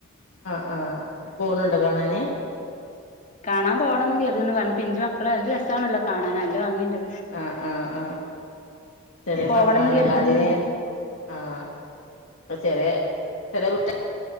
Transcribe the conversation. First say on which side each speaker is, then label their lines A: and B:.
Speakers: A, on the left; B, on the left.
A: ആഹ് ആഹ് പോണ് ണ്ടോ കാണാന്.
B: കാണാം പോണന്നു കര്ത്ണ് പിഞ്ചുമക്കളെ നല്ല രസാണല്ലോ കാണാന്. നല്ല ഭംഗിണ്ട്.
A: ആഹ് ആഹ് ആഹ്. ചെറിയ
B: പോവണംന്ന്
A: മക്കളാണ്.
B: കരുതുന്നുണ്ട്
A: അതിന് ആഹ് ഇപ്പ ചെറിയെ ചേലെ കുട്ടി